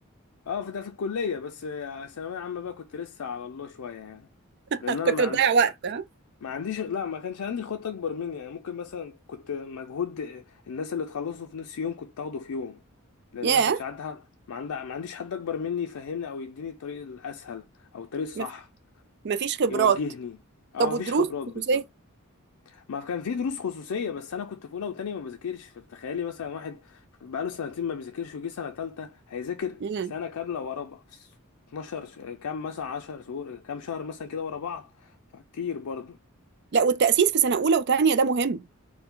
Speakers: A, on the left; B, on the right.
A: اه في ده في الكلية بس آه، ثانوية عامة بقى كنت لسه على الله شوية يعني
B: <laughs>
A: لأن أنا
B: كنت
A: ما
B: بتضيع
A: عنديش
B: وقت ها
A: ما عنديش لا ما كانش عندي خطة أكبر مني يعني ممكن مثلا كنت مجهود الناس اللي تخلصوا في نص يوم كنت أخده في يوم لأن
B: ياه
A: أنا ما كانش عندي حد ما عندي ما عنديش حد أكبر مني يفهمني أو يديني الطريق الأسهل أو الطريق الصح
B: مف- مفيش خبرات
A: يوجهني اه
B: طب
A: مفيش
B: والدروس
A: خبرات
B: الخصوصيه
A: بالظبط ما كان في دروس خصوصية بس أنا كنت في أولى وتانية ما بذاكرش فتخيلي مثلا واحد بقاله سنتين ما بيذاكرش وجي سنة تالتة هيذاكر
B: امم
A: سنة كاملة ورا بعض 12 ش- كام مثلا 10 شهور كام شهر مثلا كده ورا بعض فكتير برضه
B: لا والتأسيس في سنة أولى وتانية ده مهم